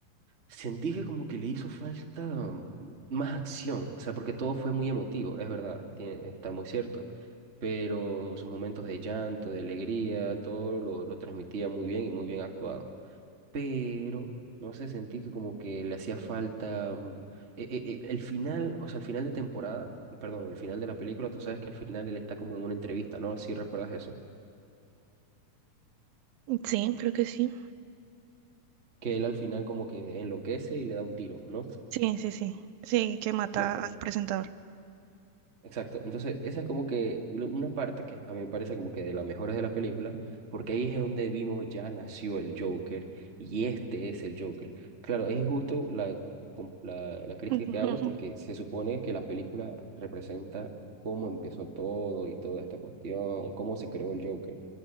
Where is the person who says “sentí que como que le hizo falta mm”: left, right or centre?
Right